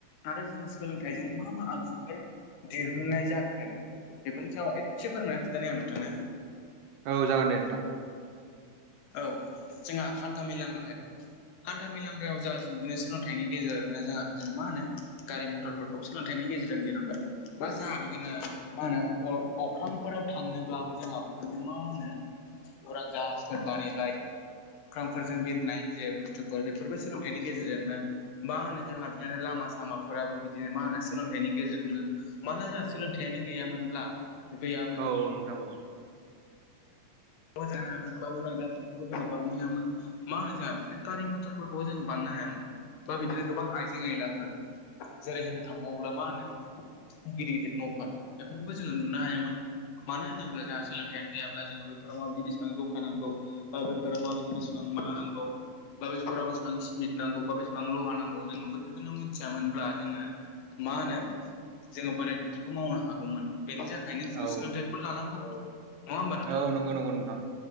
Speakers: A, on the left; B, on the right.
A: आरो जोङो सोलोंथाइजों मा मा आगजुफोर दिरहुनन्नाय जाखो बेफोरनि सायाव एसे फोरमायसै दानि आं नोंथांनो
B: औ जागोन दे नोंथां।
A: औ जोंहा हान्था मेलानि <unintelligible> हान्था मेला <unintelligible> जा बिदिनो सोलोंथाइनि गेजेरजोंनो जोंहा बिदिनो मा होनो गारि मथरफोरखौ सोलोंथाइनि गेजेरजों दिरहुनबाय बा जोंहा बिदिनो मा होनो अख्रांफोराव थांनोब्लाबो जोंहा बिदिनो मा होनो उरां जाहास फोर बानायबाय अख्रांफोरजों बिरनाय जे बुस्थुफोर बेफोरबो सोलोंथाइनि गेजेरजोंनो मा होनो जोंहा बिदिनो लामा सामाफोराबो बिदिनो मा होनो सोलोंथाइनि गेजेरजोंनो मानोना जोंहा सोलोंथाइयानो गैयामोनब्ला गैयामोन
B: औ नोंथां औ।
A: बोजिनो हायामोन बा उरां जाथिफोरखौबो जोङो बारनो हायामोन। मा होनो जोंहा बिदिनो गारि मथरफोरखौबो जोङो बान्नो हायामोन बा बिदिनो गोबां आइजें आयलाफोर जेरै होनो थांबाव्ला मा होनो गिदिर गिदिर न'फोर बेफोरखौबो जोङो नुनो हायामोन मानो होनोब्ला जोंहा सोलोंथाइयानो गैयाब्ला जोङो बे बेफोराव माबायदि बेसेबां जौखानांगौ बा बैफोराव माबायदि बेसिबां माबा नांगौ बा बेफोराव बेसेबां स्मिट नांगौ बा बेसेबां लहा नांगौ जोङो बैफोरफोरखौनो मिथियामोनब्ला जोङो मा होनो जोङो बोरै बिदिखौ मावनो हागौमोन बेनि जाह ओंखायनो जोङो
B: औ
A: सोलोंथाइबो लानांगौ। नङा होमबा नोंथां
B: औ नंगौ नंगौ नोंथां।